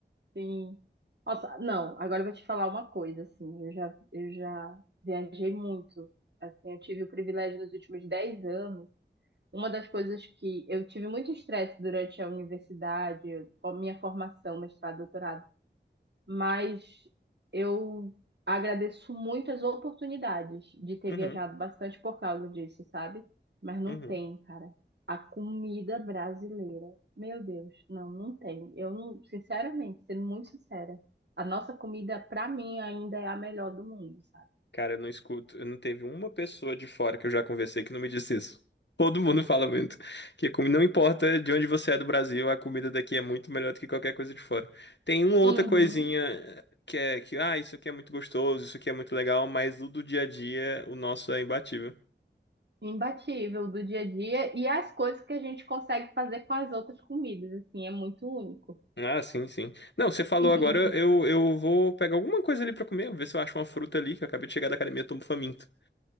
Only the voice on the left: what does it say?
Uhum,
uhum.
Cara, eu não escuto, eu não teve uma pessoa de fora que eu já conversei que não me disse isso. Todo mundo fala muito que como não importa de onde você é do Brasil, a comida daqui é muito melhor do que qualquer coisa de fora. Tem uma outra
coisinha eh, que é que ah, isso aqui é muito gostoso, isso aqui é muito legal, mas do do dia a dia o nosso é imbatível.
Ah, sim, sim. Não, você falou
agora, eu, eu vou pegar alguma coisa ali pra comer, ver se eu acho uma fruta ali, que eu acabei de chegar da academia, eu tô faminto.